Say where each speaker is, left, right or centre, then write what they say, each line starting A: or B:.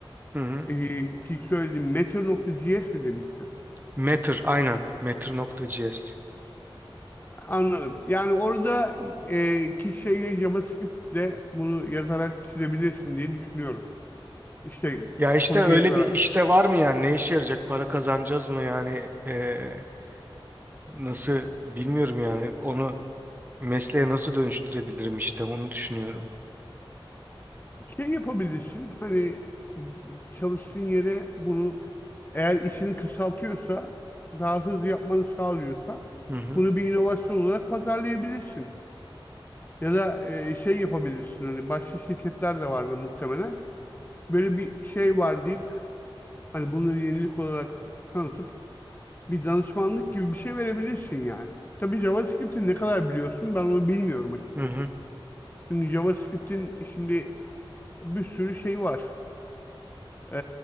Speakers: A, on the right; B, on the left.
A: Hı hı.
B: ee, ki söylediğim matter.js mi demiştin?
A: Matter aynen Matter.js.
B: Anladım. Yani orada e, ki şeyle JavaScript'le bunu yazarak çizebilirsin diye düşünüyorum. İşte
A: Ya işte
B: kodu
A: öyle
B: yazarak.
A: bir işte var mı yani ne işe yarayacak para kazanacağız mı yani Ee, nasıl bilmiyorum yani onu mesleğe nasıl dönüştürebilirim işte onu düşünüyorum.
B: Şey yapabilirsin hani çalıştığın yere bunu eğer işini kısaltıyorsa daha hızlı yapmanı sağlıyorsa
A: Hı hı.
B: bunu bir inovasyon olarak pazarlayabilirsin. Ya da e, şey yapabilirsin hani başka şirketler de vardır muhtemelen. Böyle bir şey var deyip hani bunları yenilik olarak tanıtıp bir danışmanlık gibi bir şey verebilirsin yani. Tabii JavaScript'i ne kadar biliyorsun ben onu bilmiyorum açıkçası.
A: Hı hı.
B: Şimdi JavaScript'in şimdi bir sürü şey var e,